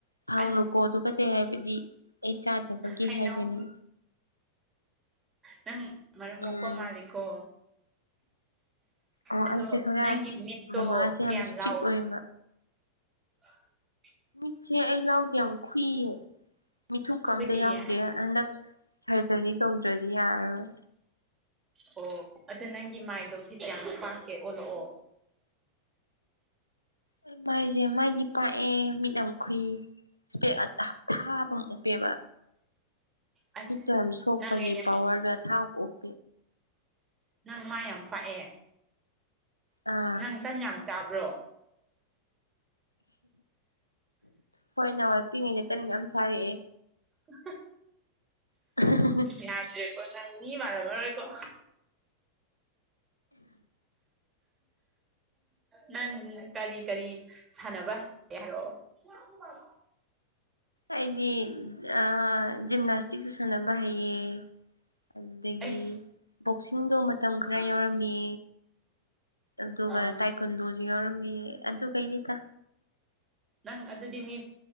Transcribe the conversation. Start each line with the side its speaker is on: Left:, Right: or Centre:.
Left: ꯁꯥꯎꯅꯨꯀꯣ
Right: ꯑꯁ
Left: ꯊꯨꯀꯠꯆꯩ ꯍꯥꯏꯕꯗꯤ ꯑꯩ ꯆꯥꯗꯕꯒꯤ
Right: ꯍꯩꯅꯧ
Left: ꯍꯥꯏꯕꯅꯤ
Right: ꯅꯪ ꯃꯔꯝ ꯃꯣꯛꯄ
Left: ꯎꯝ
Right: ꯃꯥꯂꯤꯀꯣ
Left: ꯑꯣ
Right: ꯑꯗꯣ
Left: ꯑꯩꯁꯦ ꯈꯔ
Right: ꯅꯪꯒꯤ ꯃꯤꯠꯇꯣ
Left: ꯃꯃꯥꯁꯦ ꯌꯥꯝ
Right: ꯀꯌꯥꯝ
Left: ꯏꯁꯇ꯭ꯔꯤꯛ
Right: ꯂꯥꯎ
Left: ꯑꯣꯏꯌꯦꯕ
Right: <inaudible>
Left: ꯃꯤꯠꯁꯦ ꯑꯩ ꯂꯥꯎꯗꯦ ꯌꯥꯝ ꯈꯨꯨꯏꯌꯦ ꯃꯤꯊꯨꯞꯀꯥ
Right: ꯑꯩꯈꯣꯏꯒꯤ
Left: ꯑꯝꯇ ꯌꯥꯎꯗꯦ ꯍꯟꯗꯛ ꯁꯔꯖꯔꯤ ꯇꯧꯗ꯭ꯔꯗꯤ ꯌꯥꯔꯔꯣꯏ
Right: ꯑꯣ ꯑꯗꯨ ꯅꯪꯒꯤ ꯃꯥꯏꯗꯣ ꯐꯤꯇ ꯀꯌꯥꯝ ꯄꯥꯛꯀꯦ ꯑꯣꯜꯂꯛꯑꯣ
Left: ꯑꯩ ꯃꯥꯏꯁꯦ ꯃꯥꯏꯗꯤ ꯄꯥꯛꯑꯦ ꯃꯤꯠ ꯌꯥꯝ ꯈꯨꯏ ꯁꯄꯦꯛ ꯑꯊꯥ ꯊꯥꯕ ꯑꯃ ꯎꯞꯄꯦꯕ
Right: ꯑꯁ
Left: ꯃꯤꯠꯇꯣ ꯌꯥꯝ ꯁꯣꯛꯄꯒꯤ
Right: ꯅꯪ ꯑꯩꯅ
Left: ꯄꯋꯥꯔꯗꯣ ꯑꯊꯥꯕ ꯎꯞ
Right: ꯅꯪ ꯃꯥꯏ ꯌꯥꯝ ꯄꯥꯛꯑꯦ
Left: ꯑꯥ
Right: ꯅꯪ ꯇꯟ ꯌꯥꯝ ꯆꯥꯕ꯭ꯔꯣ
Left: ꯍꯣꯏ ꯅꯍꯥꯟꯋꯥꯏ ꯄꯤꯛꯏꯉꯩꯗ ꯇꯟ ꯌꯥꯝ ꯆꯥꯔꯛꯑꯦ
Right: ꯎ
Left: <unintelligible>
Right: ꯌꯥꯗꯔꯦꯀꯣ ꯅꯪ ꯃꯤ ꯃꯥꯟꯂꯝꯃꯔꯣꯏꯀꯣ ꯅꯪ ꯀꯔꯤ ꯀꯔꯤ ꯁꯥꯟꯅꯕ ꯍꯩꯒꯦ ꯍꯥꯏꯔꯛꯑꯣ <unintelligible>
Left: ꯑꯩꯗꯤ ꯑꯥ ꯖꯤꯝꯅꯥꯁꯇꯤꯛꯁꯨ ꯁꯥꯅꯕ ꯍꯩꯌꯦ ꯑꯗꯨꯗꯒꯤ
Right: ꯑꯩꯁ
Left: ꯕꯣꯛꯁꯤꯡꯗꯣ ꯃꯇꯝ ꯈꯔ
Right: ꯑꯥ
Left: ꯌꯥꯎꯔꯝꯃꯤ ꯑꯗꯨꯒ
Right: ꯑꯥ
Left: ꯇꯥꯏꯀꯨꯟꯗꯣꯁꯨ ꯌꯥꯎꯔꯝꯃꯤ ꯑꯗꯨꯒꯩꯅꯤꯗ
Right: ꯅꯪ ꯑꯗꯨꯗꯤ ꯃꯤ